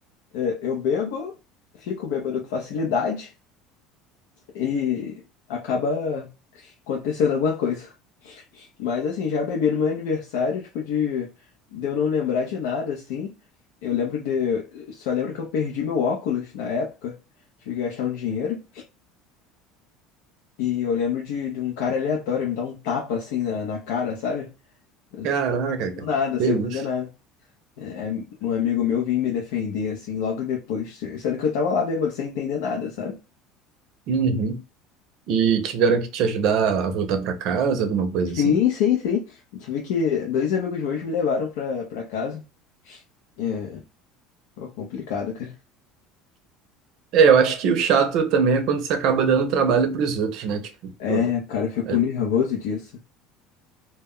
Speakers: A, on the left; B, on the right.
A: é, eu bebo, fico bêbado com facilidade e acaba acontecendo alguma coisa. Mas assim, já bebi no meu aniversário, tipo, de, de eu não lembrar de nada, assim. Eu lembro de. Só lembro que eu perdi meu óculos na época. Tive que gastar um dinheiro. E eu lembro de, de um cara aleatório me dar um tapa assim na, na cara, sabe? Mas
B: Caraca,
A: do
B: cara.
A: Nada,
B: Que
A: sem
B: isso?
A: eu fazer nada. É, é, um amigo meu vinha me defender, assim, logo depois. Sendo que eu tava lá bêbado, sem entender nada, sabe?
B: Uhum. E tiveram que te ajudar a voltar pra casa, alguma coisa
A: Sim,
B: assim?
A: sim, sim. Tive que. Dois amigos meus me levaram pra, pra casa. É, pô, complicado, cara.
B: É, eu acho que o chato também é quando você acaba dando trabalho pros outros, né? Tipo,
A: É,
B: pô,
A: cara, eu fico
B: é-
A: nervoso disso.